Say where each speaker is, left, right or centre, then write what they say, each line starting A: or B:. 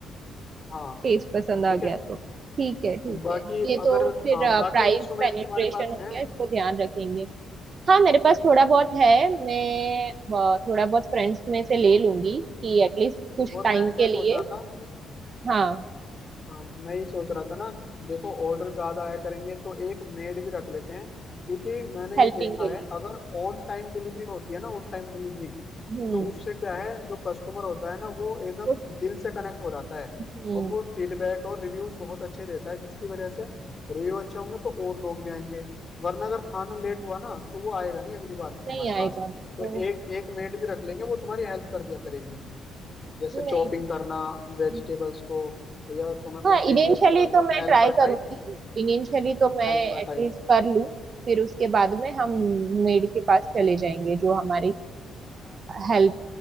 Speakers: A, on the left (about 35°); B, on the right (about 45°).
A: हाँ
B: टेस्ट पसंद
A: ठीक
B: आ गया
A: है
B: तो ठीक है ठीक
A: बाकी
B: है ये
A: अगर
B: तो फिर
A: हाँ बाकी
B: प्राइस
A: इंस्ट्रूमेंट
B: पेनिट्रेशन
A: तुम्हारे पास
B: हो
A: हैं
B: गया इसको ध्यान रखेंगे हाँ मेरे पास थोड़ा बहुत है मैं अ, थोड़ा बहुत फ्रेंड्स में से ले लूंगी कि एटलीस्ट कुछ
A: और
B: टाइम
A: मैं क्या
B: के
A: सोच
B: लिए
A: रहा था
B: हाँ
A: हाँ मैं ये सोच रहा था ना देखो ऑर्डर ज्यादा आया करेंगे तो एक मेड भी रख लेते हैं क्योंकि मैंने
B: हेल्पिंग
A: ये देखा
B: के लिए
A: है अगर ऑन टाइम डिलीवरी होती है ना ऑन टाइम डिलीवरी
B: हम्म
A: तो उससे क्या है जो कस्टमर होता है ना वो एकदम
B: उस-
A: दिल से कनेक्ट हो जाता है
B: हम्म
A: और वो फीडबैक और रिव्यूज बहुत अच्छे देता है जिसकी वजह से रिव्यू अच्छे होंगे तो और लोग भी आएंगे वरना अगर खाना लेट हुआ ना तो वो आएगा नहीं अगली बार से हमारे
B: नहीं आएगा
A: पास
B: तो
A: तो एक एक मेड भी रख लेंगे वो तुम्हारी हेल्प कर दिया करेगी जैसे
B: नहीं
A: चॉपिंग
B: ठीक
A: करना वेजिटेबल्स
B: है।
A: को या तुम्हें कुछ
B: हाँ
A: चीज
B: इनिशियली
A: मतलब
B: तो मैं
A: हेल्पर
B: ट्राई करूंगी
A: टाइप
B: इनिशियली तो मैं
A: हेल्पर
B: एटलीस्ट
A: टाइप
B: कर लूँ फिर उसके बाद में हम मेड के पास चले जाएंगे जो हमारी हेल्प